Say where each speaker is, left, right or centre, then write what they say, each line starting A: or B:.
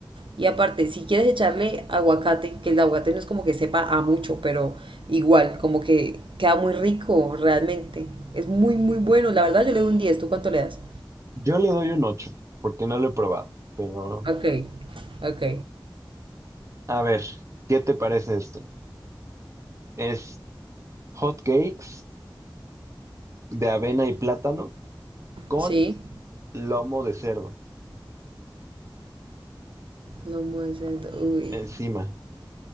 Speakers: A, on the right; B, on the right.
A: Y aparte, si quieres echarle aguacate, que el aguacate no es como que sepa a mucho, pero igual, como que queda muy rico realmente. Es muy, muy bueno. La verdad, yo le doy un diez ¿Tú cuánto le das?
B: Yo le doy un 8 porque no lo he probado. Pero,
A: Ok, ok.
B: a ver, ¿qué te parece esto? Es hot cakes de avena y plátano con
A: Sí.
B: lomo de cerdo
A: Lomo de cerdo, uy.
B: encima.